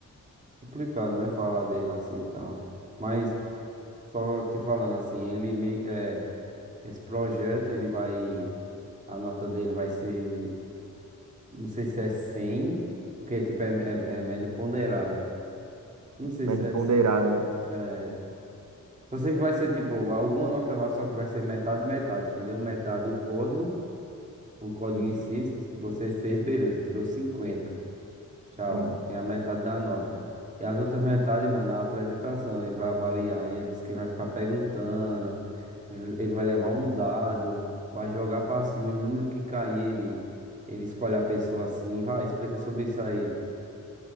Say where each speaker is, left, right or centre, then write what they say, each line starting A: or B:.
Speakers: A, on the right; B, on the right.
A: complicado, né? Falar dele assim e tal. Mas só te falando assim, ele me, é, esse projeto ele vai A nota dele vai ser, não sei se é cem porque tipo é, é, é média ponderada. Não sei
B: mas
A: se
B: de
A: é,
B: ponderada, né?
A: é, só sei que vai ser tipo alguma nota lá, só que vai ser metade metade, entendeu? Metade o código, o código
B: Sim,
A: em si, você fez, beleza, tirou cinquenta Tchau.
B: sim.
A: Tem a metade da nota. E as outras metades, mano, é a apresentação. Ele vai avaliar e ele disse que vai ficar perguntando. v- Ele vai levar um dado, vai jogar pra cima e o número que cair, ele, ele escolhe a pessoa assim. Vai, explica sobre isso aí.